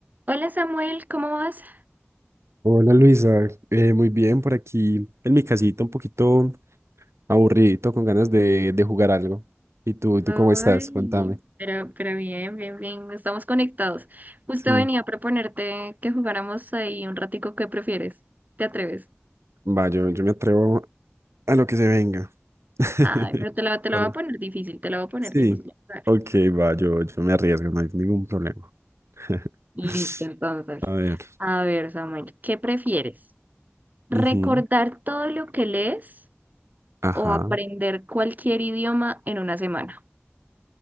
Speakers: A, on the right; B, on the right.
A: Hola Samuel, ¿cómo vas?
B: Hola Luisa, Eh, muy bien por aquí en mi casita, un poquito aburridito, con ganas de, de jugar algo. ¿Y tú, y tú
A: Ay,
B: cómo estás? Cuéntame.
A: pero, pero bien, bien, bien, estamos conectados. Justo
B: Sí,
A: venía a proponerte que jugáramos ahí un ratico, ¿qué prefieres? ¿Te atreves?
B: va, yo, yo me atrevo a lo que se venga. <laughs>
A: Ay, pero te la, te la
B: Bueno,
A: voy a poner difícil, te la voy a poner
B: sí,
A: difícil. A ver.
B: ok, va, yo, yo me arriesgo, no hay ningún problema. <laughs>
A: Listo, entonces.
B: A ver,
A: A ver, Samuel, ¿qué prefieres? ¿Recordar
B: ujú,
A: todo lo que lees
B: Ajá.
A: o aprender cualquier idioma en una semana?